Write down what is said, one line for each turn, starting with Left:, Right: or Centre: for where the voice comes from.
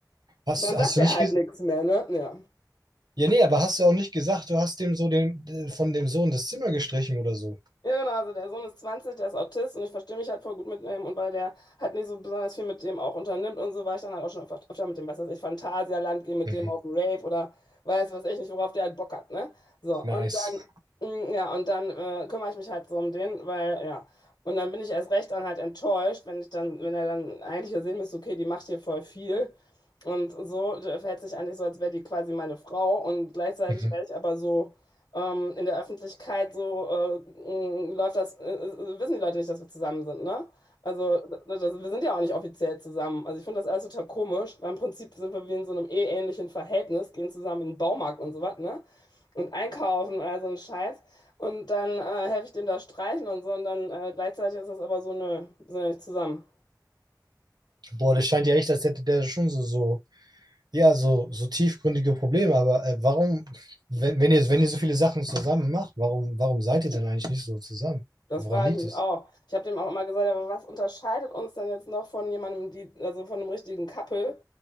Right: hast,
Left: dann sagt
Right: hast du
Left: er
Right: nicht,
Left: halt
Right: ges-
Left: nichts mehr, ne? Ja.
Right: ja, nee, aber hast du auch nicht gesagt, du hast dem so den, von dem Sohn das Zimmer gestrichen oder so.
Left: Ja, genau, also der Sohn ist zwanzig der ist Autist und ich verstehe mich halt voll gut mit ihm und weil der halt nicht so besonders viel mit dem auch unternimmt und so, war ich dann halt auch schon öfter, öfter mit dem, was weiß ich, Phantasialand, gehe mit
Right: Mhm.
Left: dem auf den Rave oder weiß was ich nicht, worauf der halt Bock hat, ne? So, und
Right: Nice.
Left: dann, mm, ja, und dann äh, kümmere ich mich halt so um den, weil, ja, und dann bin ich erst recht dann halt enttäuscht, wenn ich dann, wenn er dann eigentlich ja sehen müsste, okay, die macht hier voll viel und so, der verhält sich eigentlich so, als wäre die quasi meine Frau und gleichzeitig
Right: Mhm.
Left: wäre ich aber so ähm, in der Öffentlichkeit so äh, mh, läuft das, äh, äh, wissen die Leute nicht, dass wir zusammen sind, ne? Also ne, das, wir sind ja auch nicht offiziell zusammen. Also ich finde das alles total komisch, weil im Prinzip sind wir wie in so einem eheähnlichen Verhältnis, gehen zusammen in den Baumarkt und so was ne? Und einkaufen und all so ein Scheiß. Und dann äh, helfe ich dem da streichen und so. Und dann äh, gleichzeitig ist das aber so, nö, wir sind ja nicht zusammen.
Right: Boah, das scheint ja echt, als hätte der schon so, so. Ja, so, so tiefgründige Probleme, aber äh, warum, wenn, wenn ihr, wenn ihr so viele Sachen zusammen macht, warum, warum seid ihr dann eigentlich nicht so zusammen?
Left: Das
Right: Woran
Left: frage
Right: liegt
Left: ich
Right: es?
Left: mich auch. Ich habe dem auch immer gesagt, aber was unterscheidet uns denn jetzt noch von jemandem, die, also von einem richtigen Couple?